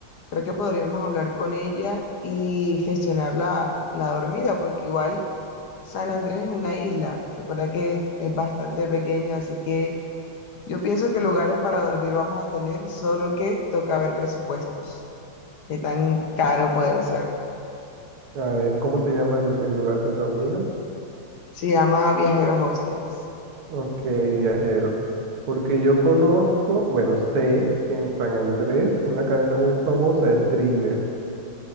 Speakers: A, on the left; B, on the right.
A: Creo que podríamos hablar con ella y gestionar la, la dormida, porque igual San Andrés es una isla, recuerda que es bastante pequeño, así que yo pienso que lugares para dormir vamos a tener, solo que toca ver presupuestos, qué tan caro pueden ser.
B: A ver, ¿cómo se llama el, el lugar de tu amiga?
A: Se llama Viajeros Hostels.
B: Ok, viajero. Porque yo conozco, bueno, sé que en San Andrés una cadena muy famosa es Dreamer.